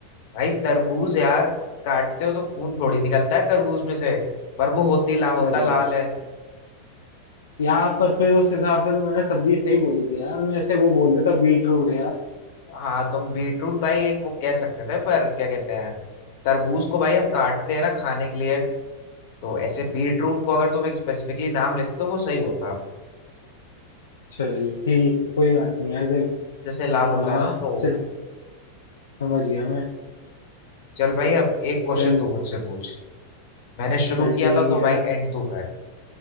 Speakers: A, on the left (about 50°); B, on the left (about 65°).
A: भाई तरबूज यार काटते हो तो खून थोड़ी निकलता है तरबूज में से पर वो होती ला होता
B: अरे
A: लाल है
B: यार पर फिर उस हिसाब से तो मैंने सब्जी सही बोली थी यार मैं ऐसे वो बोल देता बीट रूट यार
A: हाँ तुम बीटरूट भाई एक वो कह सकते थे पर क्या कहते हैं तरबूज को भाई हम काटते हैं ना खाने के लिए तो ऐसे बीटरूट को अगर तुम एक स्पेसिफिकली नाम लेते तो वो सही होता
B: चल ठीक है, कोई बात नहीं यार चल
A: जैसे लाल होता
B: हाँ
A: है ना तो
B: चल समझ गया मैं
A: चल भाई अब एक क्वेश्चन
B: चल
A: तू मुझसे पूछ मैंने शुरू
B: चल
A: किया
B: ठीक
A: था
B: है
A: तो
B: यार
A: भाई एंड तू कर